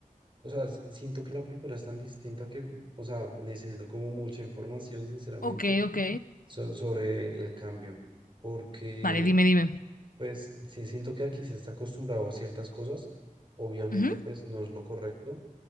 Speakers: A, on the right (about 35°); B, on the left (about 75°).
A: o sea, s- siento que la cultura es tan distinta que, o sea, necesito como mucha información, sinceramente,
B: Ok, ok.
A: so- sobre el cambio, porque,
B: Vale, dime, dime.
A: pues, sí siento que aquí se está acostumbrado a ciertas cosas. Obviamente,
B: Ujú.
A: pues no es lo correcto